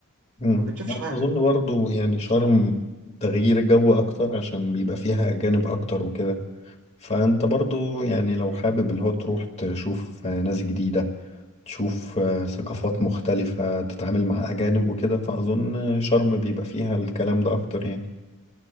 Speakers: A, on the left; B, on the right.
A: مم.
B: ما بتشوفش
A: لا
B: حاجه
A: أظن برضو يعني شرم تغيير جو أكتر عشان بيبقى فيها أجانب أكتر وكده فانت برضو يعني لو حابب اللي هو تروح تشوف آه، ناس جديدة تشوف آه، ثقافات مختلفة تتعامل مع أجانب وكده فأظن شرم بيبقى فيها الكلام ده أكتر يعني